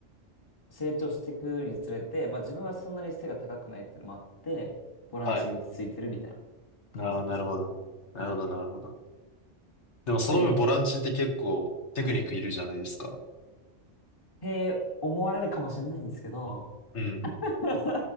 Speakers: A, on the left; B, on the left.
A: 成長していくにつれて、まあ自分はそんなに背が高くないっていうのもあって、ボランチに落ち着いてるみたいな
B: はい。
A: 感じでした。
B: ああ、なるほど。なるほど、
A: はい。
B: なるほど。でもその分ボランチって結構テクニックいるじゃないですか。
A: やっぱり、はい。へー思われるかもしれないんですけど、
B: うん。
A: <laughs>